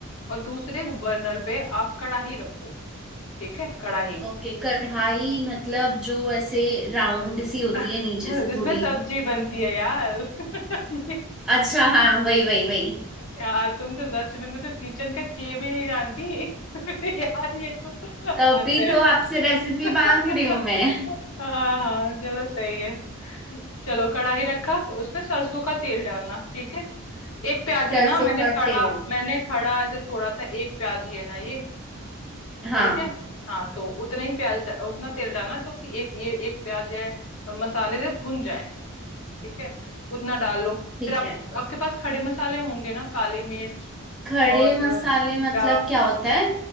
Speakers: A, on the left (about 70°); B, in the centre.
A: और दूसरे बर्नर पे आप कढ़ाई रखो ठीक है कढ़ाई
B: ओके कढ़ाई मतलब जो ऐसे राउंड सी होती
A: <laughs>
B: है नीचे से
A: इसमें
B: थोड़ी
A: सब्जी बनती है यार <laughs> ये-
B: अच्छा हाँ वही वही वही
A: यार तुम तो सच में मतलब किचन का के भी नहीं जानती <laughs> यार ये तो
B: तभी
A: हद है
B: तो आपसे रेसिपी
A: <laughs>
B: मांग रही हूँ मैं
A: हाँ हाँ चलो सही है चलो कढ़ाई रखा उसमें सरसों का तेल डालना ठीक है एक प्याज
B: सरसों
A: है ना मैंने
B: का
A: खड़ा
B: तेल
A: मैंने खड़ा ऐसे छोड़ा था एक प्याज ही है ना ये
B: हाँ
A: ठीक है हाँ तो उतना ही प्याज डा- उतना तेल डालना जो कि एक ये एक प्याज है और मसाले से भुन जाए ठीक है उतना डाल लो
B: ठीक
A: फिर आप
B: है
A: आपके पास खड़े मसाले होंगे ना काली मिर्च
B: खड़े
A: और
B: मसाले
A: जीरा
B: मतलब क्या होता है